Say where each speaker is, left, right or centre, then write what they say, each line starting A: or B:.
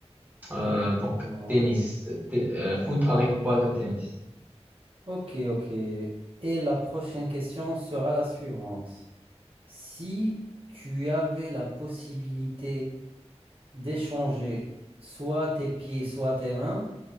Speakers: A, on the right; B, on the right.
A: Euh,
B: Oui, effectivement.
A: donc tennis,
B: ouais.
A: t- euh, foot avec balle de tennis.
B: Ok, ok. Et la prochaine question sera la suivante. Si tu avais la possibilité d'échanger soit tes pieds, soit tes mains